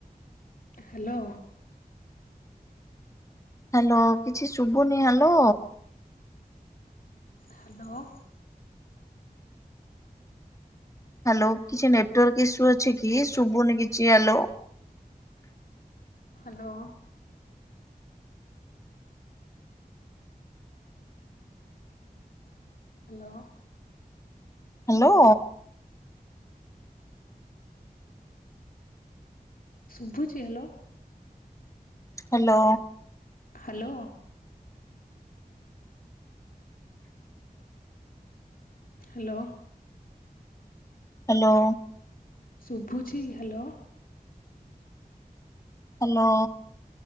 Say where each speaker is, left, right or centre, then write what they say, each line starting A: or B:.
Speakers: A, on the left; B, on the left.
A: ହାଲୋ।
B: ହାଲୋ କିଛି ଶୁବୁନି ହାଲୋ।
A: ହାଲୋ।
B: ହାଲୋ କିଛି ନେଟୱାର୍କ ଇସ୍ୟୁ ଅଛି କି? ଶୁବୁନି କିଛି ହାଲୋ।
A: ହାଲୋ। ହାଲୋ।
B: ହାଲୋ।
A: ଶୁଭୁଛି hello.
B: Hello.
A: Hello. Hello.
B: Hello.
A: ଶୁଭୁଛି hello.
B: Hello.